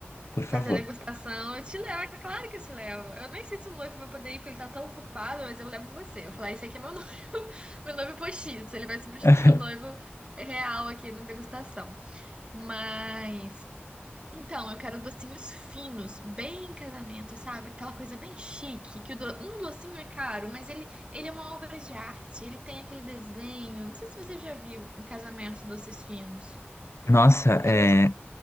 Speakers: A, on the left; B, on the right.
A: Por favor.
B: Fazer degustação. Eu te levo, é claro que eu te levo. Eu nem sei se o noivo vai poder ir, porque ele tá tão ocupado, mas eu levo você. Eu falar, esse aqui é meu noivo, <laughs> meu noivo postiço. Ele vai substituir
A: <laughs>
B: o noivo real aqui na degustação. Mas. Então, eu quero docinhos finos, bem casamento, sabe? Aquela coisa bem chique, que o do- um docinho é caro, mas ele, ele é uma obra de arte, ele tem aquele desenho. Não sei se você já viu em casamento doces finos.
A: Nossa,
B: Eu quero
A: é.
B: esse